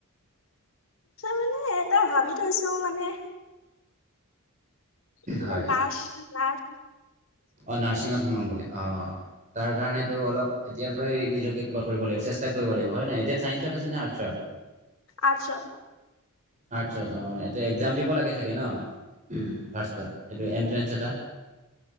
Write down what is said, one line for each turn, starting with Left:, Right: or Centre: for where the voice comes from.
Left: মানে এটা ভাবি থৈছো মানে মানে,
Right: হয়
Left: নাচ, নাচ
Right: অ, নাৰ্ছিঙত সোমাম বুলি অ। তাৰ কাৰণেতো অলপ এতিয়াৰ পৰাই নিজকে কিবা কৰিব লাগিব। চেষ্টা কৰিব লাগিব হয় নাই। এতিয়া চাইন্সত আছে নে আৰ্টচ ত।
Left: আৰ্টছত।
Right: আৰ্টছত অ, এতে এক্জাম দিব লাগে চাগে ন ফাৰ্ষ্ট এইটো এনট্ৰেঞ্চ এটা।